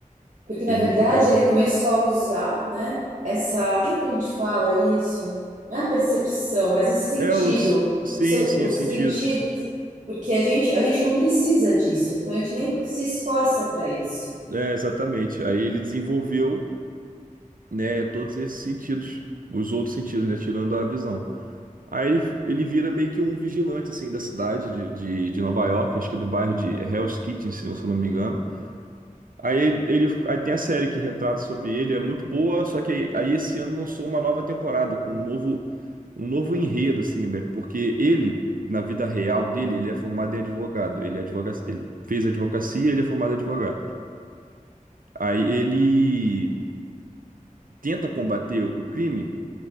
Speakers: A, on the right; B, on the right.
A: Porque, na
B: Ele
A: verdade,
B: fica.
A: ele começou a usar, né, essa, como que a gente fala isso? Não é a percepção, mas esse sentido,
B: É, os. Sim,
A: o seu,
B: sim,
A: os
B: os sentidos.
A: sentidos, porque a gente, a gente não precisa disso, então a gente nem se esforça para isso.
B: É, exatamente. Aí ele desenvolveu, né, todos esses sentidos, os outros sentidos, né? Tirando a visão. Aí ele, ele vira meio que um vigilante, assim, da cidade de, de, de Nova York, acho que do bairro de Hell's Kitchen, se eu não me engano. Aí ele, ele- aí tem a série que retrata sobre ele, é muito boa, só que aí, aí esse ano lançou uma nova temporada com um novo, um novo enredo, assim, né? porque ele, na vida real dele, ele é formado em advogado, ele, é advoga, ele fez advocacia, ele é formado em advogado. Aí ele tenta combater o crime,